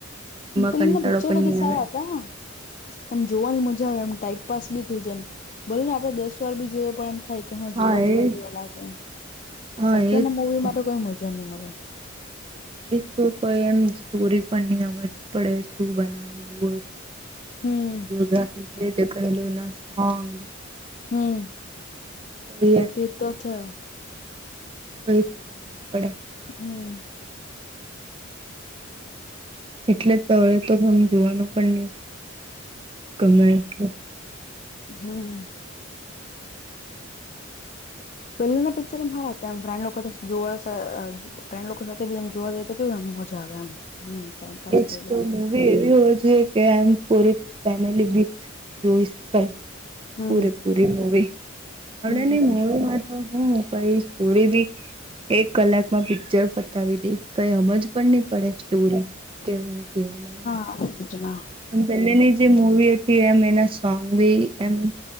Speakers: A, on the right; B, on the left.
A: એમાં
B: પેલી
A: કંટાળો
B: ના પિક્ચર
A: પણ
B: બધા
A: નહી
B: સારા
A: આવે.
B: હતા. એમ જોવાની મજા આવે એમ ટાઈમપાસ બી થઈ જાય એમ, ભલે ને આપડે દસ બી જોઈએ પણ એમ થાય. કે હ
A: હા
B: જોયા જોયા
A: એ
B: તેવા લાગે એમ,
A: હા
B: અત્યારના
A: એજ
B: મૂવી
A: તો
B: માટે કોઈ મજા નહી મલે.
A: એક તો કોઈ એમ સ્ટોરી પણ નહી હમજ પડે શું બનાવેલું
B: હમ
A: હોય. <unintelligible>
B: હમ.
A: <inaudible>
B: એ તો છે.
A: કોઈ પડે.
B: હમ્મ.
A: એટલે તો ઘણું જોવાનું પણ નહી ગમે એટલું.
B: હા. પહેલાના પિક્ચર એમ હારા હતા એમ. ફ્રેન્ડ સાથે જોવા ફ્રેન્ડ લોકો સાથે બી એમ જોવા જાય તો કેવું એમ મજા આવે એમ. ટાઈમપાસ
A: એજ
B: થઈ જાય
A: તો મુવી એવી હોવા જોઈએ કે એમ પૂરી ફેમિલી વિથ <inaudible>
B: એમ
A: પૂરે
B: હમ
A: પૂરી મૂવી, અવડે
B: હમ
A: ની મૂવીમાં તો હું કઈ સ્ટોરી બી એક કલાકમાં પિક્ચર પતાવી દે, કઈ સમજ પણ નહી પડેજ દુર હે હું કેવા માંગે.
B: આજના <inaudible>
A: એમ પેલેની જે મુવી હતી, એમ એના સોંગ બી એમ